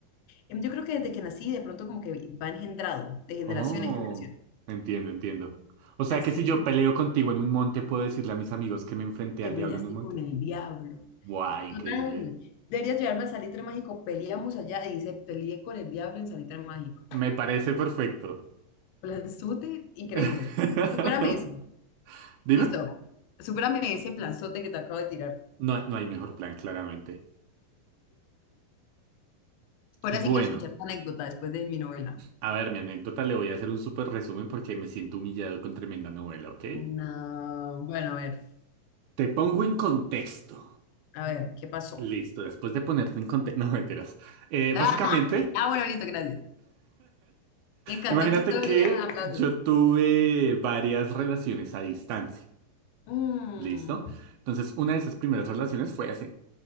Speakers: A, on the left; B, on the right.
A: Em, Yo creo que desde que nací, de pronto como que va engendrado, de generación
B: Oh,
A: en generación.
B: entiendo, entiendo. O sea
A: Así,
B: que si yo peleo contigo en un monte, ¿puedo decirle a mis amigos que me enfrenté
A: que
B: al
A: peleaste
B: diablo en un monte?
A: con el diablo.
B: ¡Guau! Increíble.
A: Tú tan, deberías llevarme al salitre mágico, peleamos allá y dice, peleé con el diablo en salitre mágico.
B: Me parece perfecto.
A: Planzote, increíble.
B: <laughs>
A: Supérame ese.
B: Dime.
A: Listo. Supérame ese planzote que te acabo de tirar.
B: No, no hay mejor plan, claramente.
A: Ahora
B: Bueno,
A: sí quiero escuchar tu anécdota después de mi novela.
B: a ver, mi anécdota le voy a hacer un súper resumen porque me siento humillado con tremenda novela, ¿ok?
A: No, bueno, a ver,
B: Te pongo en contexto.
A: a ver, ¿qué pasó?
B: Listo, después de ponerte en contexto. <laughs> No, mentiras. Eh,
A: <laughs>
B: básicamente,
A: Ah, bueno, listo, gracias. Me encantó
B: imagínate
A: tu historia,
B: que
A: aplausos.
B: yo tuve varias relaciones a distancia.
A: Mm,
B: Listo. Entonces, una de esas primeras relaciones fue hace